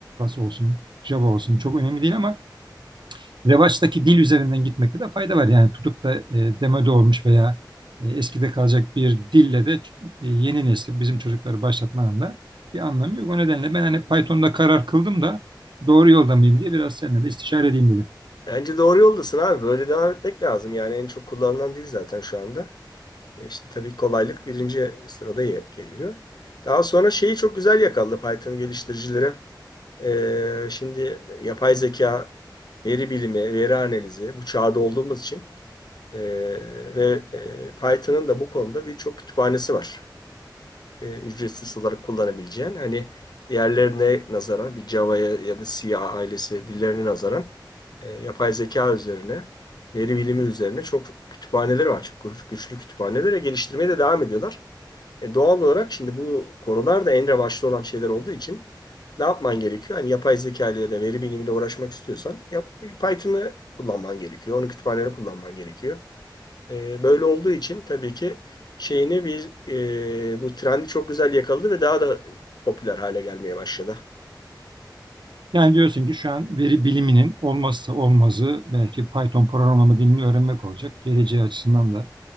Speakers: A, on the right; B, on the left.
A: olsun, Java olsun çok önemli değil ama revaçtaki dil üzerinden gitmekte de fayda var. Yani tutup da e, demode olmuş veya e, eskide kalacak bir dille de e, yeni nesil bizim çocukları başlatmanın da bir anlamı yok. O nedenle ben hani Python'da karar kıldım da doğru yolda mıyım diye biraz seninle de istişare edeyim dedim.
B: bence doğru yoldasın abi. Böyle devam etmek lazım. Yani en çok kullanılan dil zaten şu anda. E, İşte tabii kolaylık birinci sırada ye- geliyor. Daha sonra şeyi çok güzel yakaladı Python geliştiricileri. E, şimdi yapay zeka, veri bilimi, veri analizi bu çağda olduğumuz için e, ve e, Python'ın da bu konuda birçok kütüphanesi var e, ücretsiz olarak kullanabileceğin hani diğerlerine nazaran bir Java'ya ya da C ailesi dillerine nazaran e, yapay zeka üzerine veri bilimi üzerine çok kütüphaneleri var. Çok güç- güçlü kütüphanelere geliştirmeye de devam ediyorlar. E, doğal olarak şimdi bu konular da en revaçta olan şeyler olduğu için ne yapman gerekiyor? Hani yapay zeka ile ya da veri bilimiyle uğraşmak istiyorsan yap, Python'ı kullanman gerekiyor. Onun kütüphanelerini kullanman gerekiyor. E, böyle olduğu için tabii ki şeyini bir e, bu trendi çok güzel yakaladı ve daha da popüler hale gelmeye başladı.
A: Yani diyorsun ki şu an veri biliminin olmazsa olmazı belki Python programlama dilini öğrenmek olacak. Geleceği açısından da